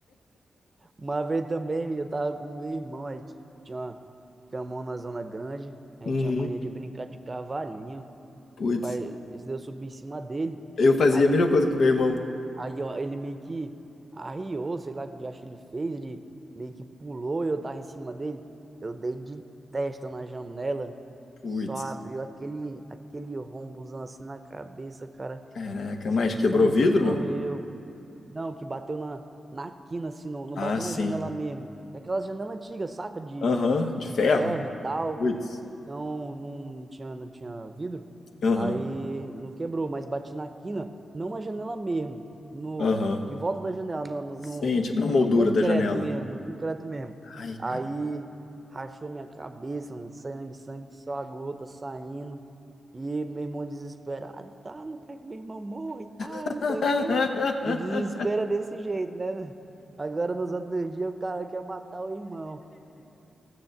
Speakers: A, on the right; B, on the left.
A: Uma vez também, eu tava com meu irmão, a gente tinha uma camão na zona grande. A
B: Uhum.
A: gente tinha mania de brincar de cavalinho.
B: Putz.
A: Rapaz, esse daí eu subi em cima dele.
B: Eu fazia
A: Aí
B: a mesma coisa com meu irmão.
A: Aí ó, ele meio que arriou, sei lá o que diacho ele fez, ele meio que pulou e eu tava em cima dele. Eu dei de testa na janela,
B: Putz.
A: só abriu aquele, aquele rombozão assim na cabeça, cara.
B: Caraca, mas
A: O
B: quebrou
A: sangue
B: o
A: escorreu.
B: vidro, não?
A: Não, que bateu na, na quina, assim, não, não
B: Ah,
A: bateu
B: sim.
A: na janela mesmo. É aquelas janelas antigas, saca? De,
B: Aham, de
A: de
B: ferro?
A: ferro e tal.
B: Putz.
A: Então não tinha, não tinha vidro.
B: Aham.
A: Aí não quebrou, mas bati na quina, não na janela mesmo. No,
B: Aham.
A: em volta da janela, no, no,
B: Sim,
A: no,
B: tipo na moldura
A: no concreto
B: da janela.
A: mesmo, no concreto mesmo.
B: Ai,
A: Aí
B: cara.
A: rachou minha cabeça, um sangue, sangue, só a gota saindo. E meu irmão desesperado, tá? Não quero que meu irmão morra e tal,
B: <laughs>
A: não sei o quê. No desespero é desse jeito, né? Agora nos outros dias o cara quer matar o irmão.